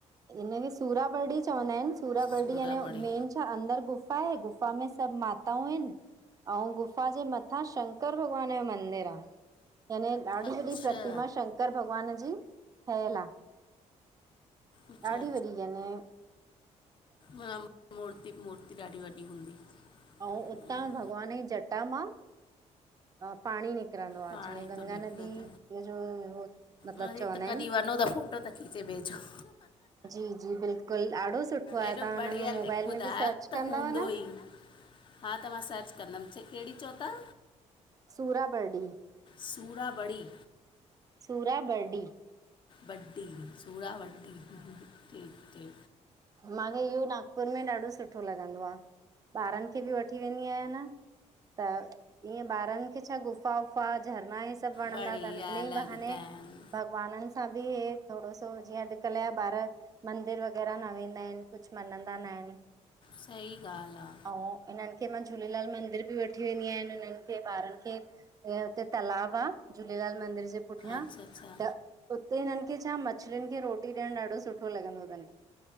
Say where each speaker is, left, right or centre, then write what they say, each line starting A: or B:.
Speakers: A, on the right; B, on the left.
A: हिनखे सूराबर्डी चवंदा हिनि, सूराबर्डी
B: सूराबड़ी
A: याने मेन छा, अंदर गुफ़ा ए, गुफ़ा में सभु माताऊं हिनि अंउं गुफ़ा जे मथां, शंकर भॻवान जो मंदिर आ। यानें, ॾाढी
B: अच्छा
A: वॾी प्रतिमा, शंकर भॻवान जी ठयल आ।
B: अच्छा
A: ॾाढ़ी वॾी यानें
B: माना, मूर्ती मूर्ती ॾाढ़ी वॾी हूंदी?
A: अऊ
B: हम्म,
A: उतां भॻवान जी जटा मां, अ पाणी निक निकरंदो आ,
B: पाणी
A: जीअं गंगा
B: थो निकिरे
A: नदीअ
B: थो
A: जो मतिलबु
B: वरी,
A: चवंदा
B: त
A: आहिनि
B: कॾी, वञो त फ़ोटो त खिचे भेचो।
A: जी जी, बिल्कुल ॾाढो सुठो आहे,
B: एॾो
A: तहां
B: बढ़िया
A: हुन में मोबाइल
B: लिख ॿुधायो
A: में बि सर्च
B: त
A: कंदव
B: हूंदो
A: न
B: ई हा, त मां सर्च कंदम, केड़ी चौ ता?
A: सूराबर्डी।
B: सूराबड़ी?
A: सूराबर्डी।
B: वट्टी सूड़ा वट्टी टी टी
A: माखे इहो नागपुर में ॾाढो सुठो लॻंदो आ, ॿारन खे बि वठी वेंदी आयां न ईअएं ॿारन खे छा, गुफा वुफा झरना हे सब त वणंदा
B: बढ़िया
A: तन, इनई
B: लॻंदा
A: बहाने
B: आहिनि
A: भॻवानन सां बि हे थोड़ो सो, जीअं अॼकल जा ॿार मंदिर वग़ैरा न वेंदा एन, कुछ मञंदा नाहिन।
B: सही ॻाल्ह आ।
A: अऊं, इनन खे मां झूलेलाल मंदिर बि वठी वेंदी आंयांन, इनन खे, ॿारन खे। ईंएं उते तलाब आ, झूलेलाल मंदिर जे पुठयां,
B: अच्छा अच्छा
A: त उते हिनन खे छा, मछल्युन खे रोटी ॾयणु ॾाढो सुठो लॻंदो तन।